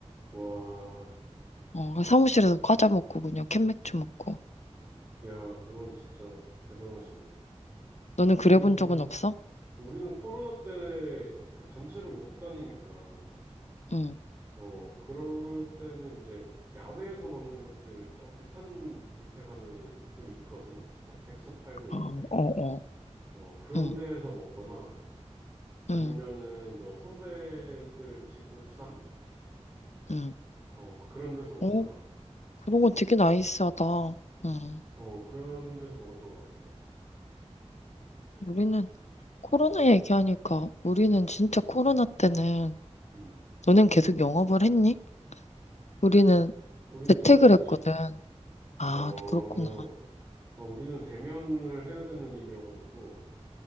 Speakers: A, on the right; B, on the left.
A: 와,
B: 어, 사무실에서 과자 먹고 그냥 캔맥주 먹고.
A: 야, 그건 진짜 대단하시네.
B: 너는 그래
A: 우리는,
B: 본 적은 없어?
A: 우리는 코로나 때 이렇게 단체로 못 다니니까
B: 응.
A: 어, 그럴 때는 이제 야외에서 먹는 곳들 저기 산 밑에 가면은 좀 있거든? 막 백숙 팔고 이런데?
B: 어, 어, 어.
A: 어, 그런
B: 응,
A: 데에서 먹거나 아니면은
B: 응,
A: 뭐 선배들 집 옥상?
B: 응.
A: 어, 뭐 그런 데서 먹거나
B: 어, 그런 건 되게 나이스하다. 응.
A: 어, 그런 데서 먹었던 것 같아. 어,
B: 우리는 코로나 얘기하니까 우리는 진짜 코로나 때는
A: 음.
B: 너는 계속 영업을 했니? 우리는
A: 우린
B: 재택을
A: 똑같았지.
B: 했거든. 아,
A: 어,
B: 그렇구나.
A: 어, 우리는 대면을 해야 되는 일이어가지고